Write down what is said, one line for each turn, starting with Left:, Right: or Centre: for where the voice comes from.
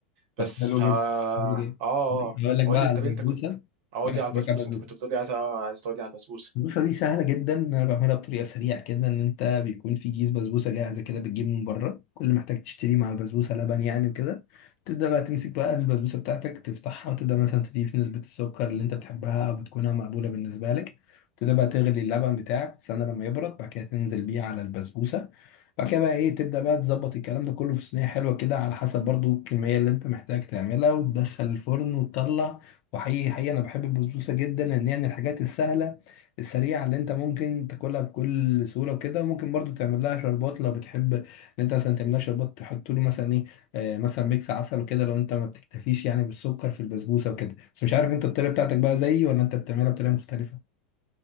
Right: بس
Left: طب حلو
Right: فا
Left: جدا
Right: اه
Left: حلو جدا
Right: اه آه.
Left: أقول لك
Right: قول
Left: بقى
Right: لي
Left: على
Right: انت
Left: البسبوسة
Right: بنتك كنت اقول
Left: أنا
Right: لي
Left: كنت
Right: على البسبوس
Left: باكل بسبوسة
Right: انت
Left: البسبوسة
Right: كنت بتقول لي عايز آه، عايز تقول لي على البسبوسه
Left: البسبوسة دي سهلة جدا إن أنا بعملها بطريقة سريعة كده إن أنت بيكون في كيس بسبوسة جاهزة كده بتجيب من بره كل اللي محتاج تشتريه مع البسبوسة لبن يعني وكده تبدأ بقى تمسك بقى البسبوسة بتاعتك تفتحها وتبدأ مثلا تضيف نسبة السكر اللي أنت بتحبها أو بتكونها مقبولة بالنسبة لك تبدأ بقى تغلي اللبن بتاعك تستنى لما يبرد بعد كده تنزل بيه على البسبوسة بعد كده بقى ايه تبدأ بقى تظبط الكلام ده كله في صينية حلوة كده على حسب برضو الكمية اللي انت محتاج تعملها وتدخل الفرن وتطلع وحقيقي حقيقي انا بحب البسبوسة جدا لان هي من الحاجات السهلة السريعة اللي انت ممكن تاكلها بكل سهولة وكده ممكن برضو تعمل لها شربات لو بتحب ان انت مثلا تعمل لها شربات تحط له مثلا ايه آه مثلا ميكس عسل وكده لو انت ما بتكتفيش يعني بالسكر في البسبوسة وكده بس مش عارف انت الطريقة بتاعتك بقى زيي ولا انت بتعملها بطريقة مختلفة